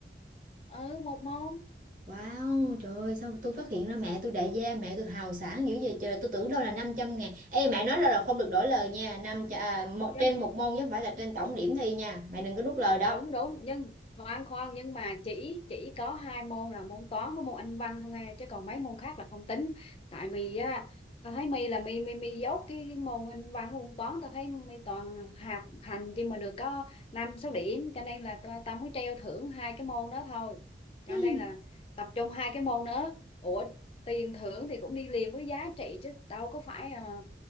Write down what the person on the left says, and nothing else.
ừ một môn
Dân
đúng đúng nhưng khoan khoan nhưng mà chỉ chỉ có hai môn là môn toán với môn anh văn không nghe chứ còn mấy môn khác là không tính tại vì á tao thấy mi là mi mi mi dốt cái, cái môn anh văn môn toán tao thấy mi toàn hạt hành chỉ mà được có năm sáu điểm cho nên là tao tao mới treo thưởng hai cái môn đó thôi cho
nên là tập trung hai cái môn đó ủa tiền thưởng thì cũng đi liền với giá trị chứ đâu có phải ờ,